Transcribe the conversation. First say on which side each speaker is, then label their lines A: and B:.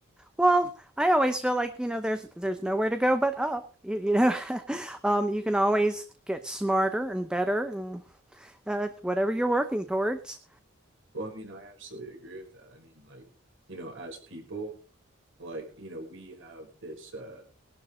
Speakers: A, in the centre; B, on the right.
A: Well, I always feel like, you know, there's there's nowhere to go but up. You, you know, <laughs> um, you can always get smarter and better and uh, whatever you're working towards.
B: Well, I mean, I absolutely agree with that. I mean, like, you know, as people, like, you know, we have this uh